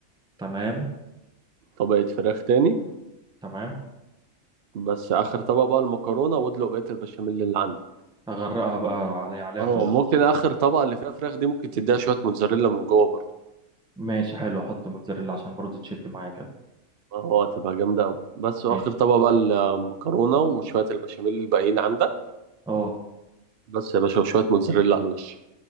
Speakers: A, in the centre; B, on the right.
A: تمام
B: طبقة فراخ تاني
A: تمام
B: بس آخر طبقة بقى المكرونة وادلق بقية البشاميل اللي عندك
A: اغرقها بقى علي عليها
B: اه
A: كلها
B: ممكن آخر طبقة اللي فيها فراخ دي ممكن تديها شوية موتزاريلا من جوه برضو
A: ماشي حلو احط موتزاريلا عشان برضه تشد معايا كده
B: اه تبقى جامدة أوي بس
A: ماشي
B: وآخر طبقة بقى المكرونة وشوية البشاميل الباقيين عندك
A: اه
B: بس يا باشا وشوية موتزاريلا على الوش